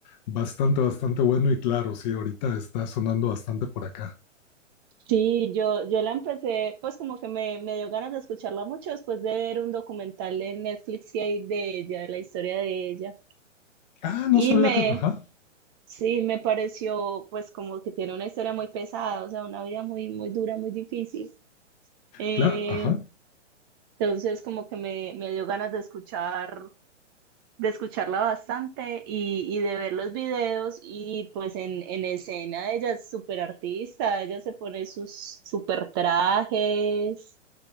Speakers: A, on the left; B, on the right.
A: bastante, bastante bueno y claro, sí, ahorita está sonando bastante por acá.
B: Sí, yo, yo la empecé, pues como que me, me dio ganas de escucharla mucho después de ver un documental en Netflix que hay de ella, de la historia de ella.
A: Ah, no
B: Y
A: sabía
B: me,
A: que. Ajá,
B: sí, me pareció pues como que tiene una historia muy pesada, o sea, una vida muy, muy dura, muy difícil. Eh,
A: claro, ajá.
B: entonces como que me, me dio ganas de escuchar, de escucharla bastante y, y de ver los videos y pues en, en escena ella es súper artista, ella se pone sus súper trajes